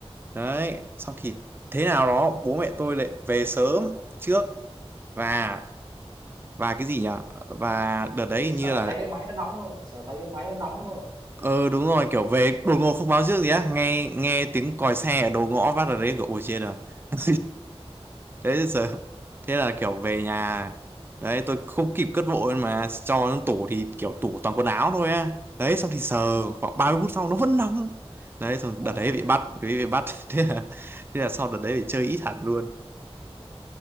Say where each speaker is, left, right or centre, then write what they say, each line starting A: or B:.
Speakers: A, on the right; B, on the right.
A: đấy xong thì thế nào đó bố mẹ tôi lại về sớm trước và và cái gì nhỉ và đợt đấy
B: Ờ,
A: hình
B: Sợ
A: như là
B: thấy cái máy nó nóng luôn, sợ thấy cái máy nó nóng đúng không
A: ờ đúng rồi kiểu về đột ngột không báo trước gì á nghe nghe tiếng còi xe ở đầu ngõ phát ở đấy kiểu ôi chết rồi <laughs> thế sợ thế là kiểu về nhà đấy tôi không kịp cất vội mà cho nó tủ thì kiểu tủ toàn quần áo thôi á đấy xong thì sờ
B: à,
A: khoảng 30 phút sau nó vẫn nóng đấy rồi đợt
B: à,
A: đấy
B: à.
A: bị bắt bị, bị bắt <laughs> thế là thế là sau đợt đấy phải chơi ít hẳn luôn